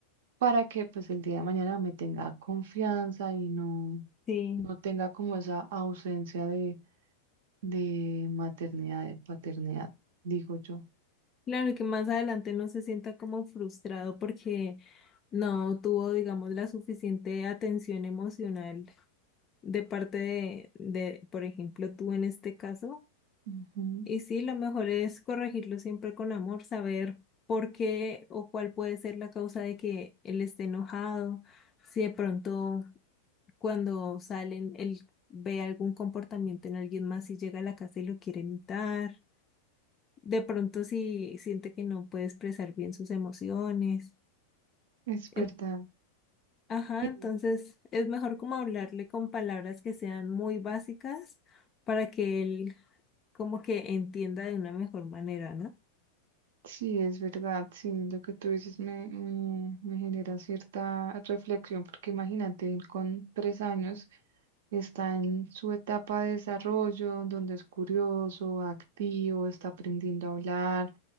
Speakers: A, on the right; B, on the left.
A: para que pues el día de mañana me tenga confianza y no,
B: Sí,
A: no tenga como esa ausencia de, de maternidad, de paternidad, digo yo.
B: claro que más adelante no se sienta como frustrado porque no tuvo digamos la suficiente atención emocional de parte de, de, por ejemplo, tú en este caso.
A: Ujú,
B: Y sí, lo mejor es corregirlo siempre con amor, saber por qué o cuál puede ser la causa de que él esté enojado, si de pronto cuando salen él ve algún comportamiento en alguien más y llega a la casa y lo quiere imitar, de pronto si siente que no puede expresar bien sus emociones.
A: Es verdad.
B: En- ajá,
A: Sí,
B: entonces es mejor como hablarle con palabras que sean muy básicas para que él como que entienda de una mejor manera, ¿no?
A: sí, es verdad. Sí, lo que tú dices me, me, me genera cierta reflexión, porque imagínate, él con tres años. está en su etapa de desarrollo, donde es curioso, activo, está aprendiendo a hablar,